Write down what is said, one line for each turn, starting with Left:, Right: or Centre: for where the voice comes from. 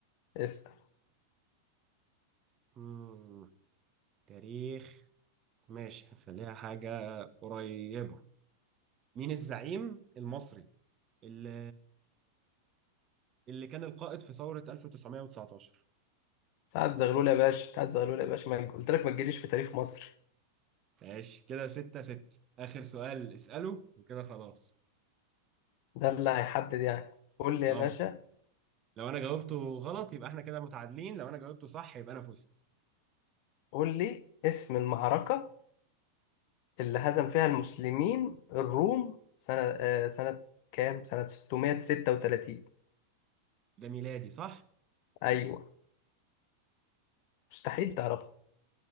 Left: اسأل
Right: مم. تاريخ ماشي هنخليها حاجه قريبه مين الزعيم المصري اللي اللي كان القائد في ثورة 1919
Left: سعد زغلول يا باشا سعد زغلول يا باشا ما قلت لك ما تجيليش في تاريخ مصر
Right: ماشي كده ستة ستة آخر سؤال اسأله وكده خلاص
Left: ده اللي هيحدد يعني قول لي يا
Right: اه
Left: باشا
Right: لو أنا جاوبته غلط يبقى احنا كده متعادلين لو أنا جاوبته صح يبقى أنا فزت
Left: قول لي اسم المعركة اللي هزم فيها المسلمين الروم سنة آه، سنة كام؟ سنة 636
Right: ده ميلادي صح؟
Left: أيوه مستحيل تعرفها